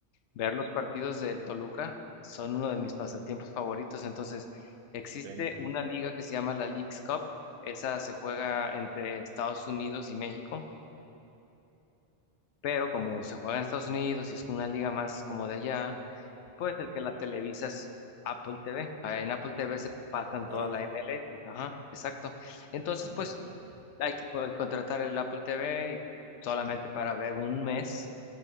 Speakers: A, on the left; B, on the right.
A: ver los partidos del Toluca son uno de mis pasatiempos favoritos. Entonces, existe
B: Ok,
A: una liga que se llama la Leagues Cup, esa se juega entre Estados Unidos y México, pero como se juega en Estados Unidos y es una liga más como de allá, pues el que la televisa es Apple TV. Ah, En Apple TV se pasan
B: órale.
A: toda la MLS, ajá, exacto. Entonces,
B: Ah,
A: pues
B: ok, ok.
A: hay que co- contratar el Apple TV y solamente para ver un mes